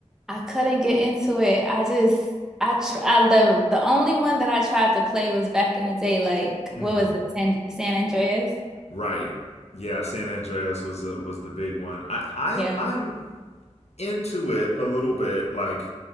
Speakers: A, in the centre; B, on the left.
A: I couldn't get into it. I just I tr I the the only one that I tried to play was back in the day, like
B: Mm-hmm.
A: what was it, San San Andreas?
B: Right. Yeah, San Andreas was the, was the big one. I I
A: Yeah.
B: I'm into it a little bit. Like